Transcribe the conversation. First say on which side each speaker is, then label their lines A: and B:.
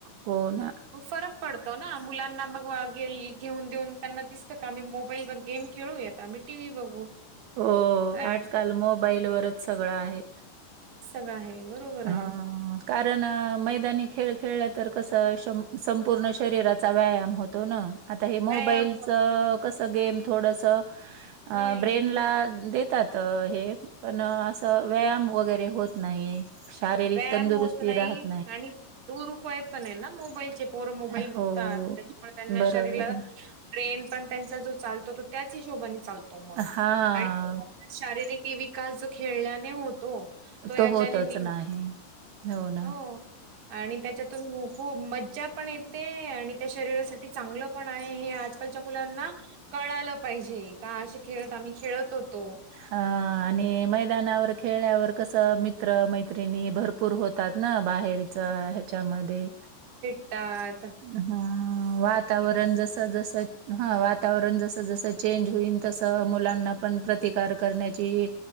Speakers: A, on the right; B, on the right.
A: हो ना.
B: मग फरक पड तो ना मुलांना मग घेऊन देऊन त्यांना दिसतं का? आम्ही मोबाईल वर गेम खेळूयात आम्ही टी व्ही बघू.
A: हो.
B: आणि
A: आजकाल मोबाईलवरच सगळं आहे.
B: सगळं आहे बरोबर
A: हां
B: आहे
A: कारण मैदानी खेळ खेळला तर कसं शम संपूर्ण शरीराचा व्यायाम होतो ना. आता हे मोबाईलचं
B: व्यायाम होत
A: कसं गेम थोडसं अ
B: नाही
A: ब्रेन ला देतात हे पण असं व्यायाम वगैरे होत नाही. शारीरिक
B: व्यायाम
A: तंदुरुस्ती
B: होत नाही
A: राहत
B: आणि दुरुपयोग पण आहे ना मोबाईलचे पोर मोबाईल
A: अ,
B: बघत
A: हो,
B: त्यांच्यामुळे त्यांना
A: बरोबर.
B: शरीराला ब्रेन पण त्यांचा जो चालतो तो त्याच हिशोबाने चालतो मग.
A: हां,
B: आणि शारीरिक विकास जो खेळल्याने होतो. तो
A: त
B: याच्याने
A: होतच
B: नि-
A: नाही होऊ ना.
B: हो. आणि त्यांच्यातून खूप मज्जा पण येते, आणि त्या शरीरासाठी चांगलं पण आहे हे आज आजकालच्या मुलांना कळालं पाहिजे का असे खेळत आम्ही खेळत होतो.
A: हा आणि मैदानावर खेळल्यावर कसं मित्र मैत्रिणी भरपूर पूर होतात ना बाहेरचा ह्याच्यामध्ये
B: त्या
A: हा वातावरण जस जस हां वातावरण जसं जसं चेंज होईन तसं मुलांना पण प्रतिकार करण्याची.